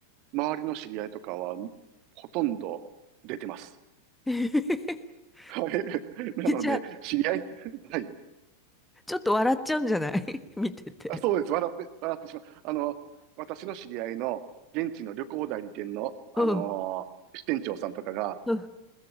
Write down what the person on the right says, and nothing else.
周りの知り合いとかは、ほとんど出てます。
<laughs> はい。なので、
知り合い、<laughs> はい。
あ、そうです。笑って、笑ってしまう。あの、私の知り合いの現地の旅行代理店の、あのー支店長さんとかが、